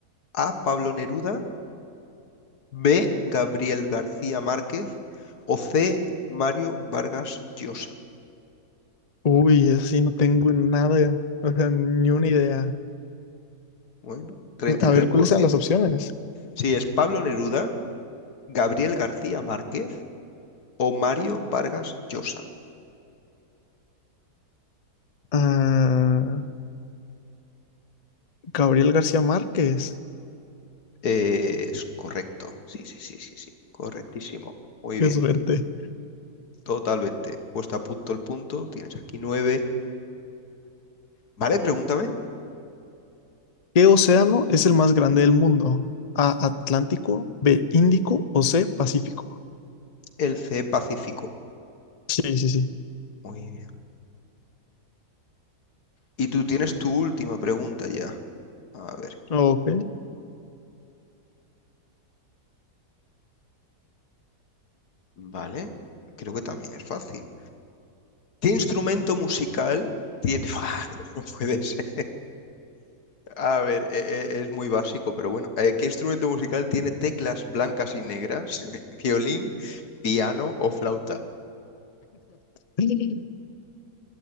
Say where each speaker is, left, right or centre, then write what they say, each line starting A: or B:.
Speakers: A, on the left; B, on the left.
A: A. Pablo Neruda. B. Gabriel García Márquez. O C. Mario Vargas Llosa.
B: Uy, así no tengo nada, o sea, ni una idea.
A: Bueno, treinta
B: A
A: y tres
B: ver,
A: por
B: ¿cuáles
A: ciento.
B: son las opciones?
A: Sí, es Pablo Neruda, Gabriel García Márquez o Mario Vargas Llosa.
B: Ah, Gabriel García Márquez.
A: Eh, es correcto. Sí, sí, sí, sí, sí. Correctísimo. Muy
B: Qué
A: bien.
B: suerte.
A: Totalmente. Puesta a punto el punto. Tienes aquí 9. Vale, pregúntame.
B: ¿Qué océano es el más grande del mundo? A, Atlántico, B, Índico o C, Pacífico.
A: El C Pacífico.
B: Sí, sí, sí.
A: Muy bien. Y tú tienes tu última pregunta ya. A ver,
B: Ok.
A: vale. Creo que también es fácil. ¿Qué instrumento musical tiene... <laughs> ¡Ah! no puede ser. A ver, e- e- es muy básico, pero bueno. Eh, ¿qué instrumento musical tiene teclas blancas y negras? <laughs> ¿Violín, piano o flauta?
B: <laughs>